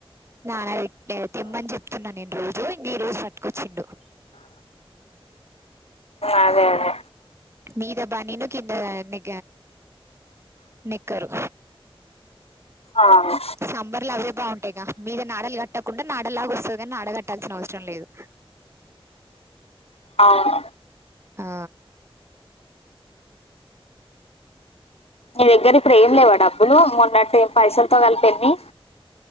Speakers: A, on the right; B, on the left.
A: నా తిమ్మని చెప్తున్నాను నేను రోజు న రోజు పటుకొచ్చిండు
B: అదే అదే
A: మీ ద బానీను కింద ని నిక్కరు
B: అవును
A: సంబర్ల అవే బావుంటాయి కదా మీద నాడాలు కట్టుకోవడం కట్టకుండా నాడలాగ వస్తుందని నాడ కట్టాల్సిన అవసరం లేదు
B: అవును
A: ఆ
B: మీ దగ్గర ఇప్పుడు ఏం లేవా డబ్బులు మొన్నట్టు ఏం పైసలు మొత్తం కలిపి ఎన్ని